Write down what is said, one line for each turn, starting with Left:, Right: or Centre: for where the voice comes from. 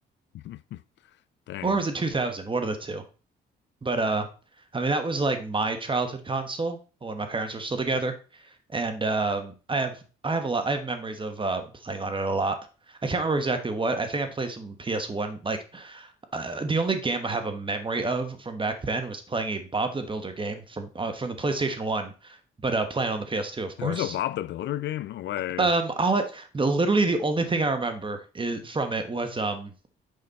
Left: <laughs> Dang,
Right: or was it 2000? One of the two. But uh, I mean that was like my childhood console when my parents were still together, and um, I have I have a lot I have memories of uh, playing on it a lot. I can't remember exactly what. I think I played some PS1. Like uh, the only game I have a memory of from back then was playing a Bob the Builder game from uh, from the PlayStation 1, but uh, playing on the PS2, of course.
Left: there was a Bob the Builder game? No way.
Right: Um, all I, the, literally the only thing I remember is from it was um